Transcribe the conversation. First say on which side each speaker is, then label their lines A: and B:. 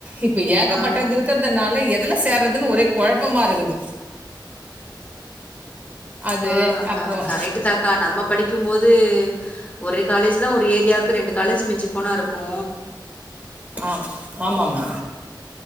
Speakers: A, on the right; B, on the left.
A: இப்போ ஏகப்பட்டது
B: ஆ
A: இருக்கிற்துனால எ எதுல சேர்றதுன் ஒரே கொழப்பமா இருக்குது அது
B: ஆ அக்கா
A: அப்புறம்
B: கரெக்ட்டு தாகா நம்ம படிக் கிம் போது ஒரே காலேஜ் தா ஒரு ஏரியாக்கு ரெண்டு காலேஜ் மிஞ்சிப்போனாருக்கு
A: ஆம் ஆமாமா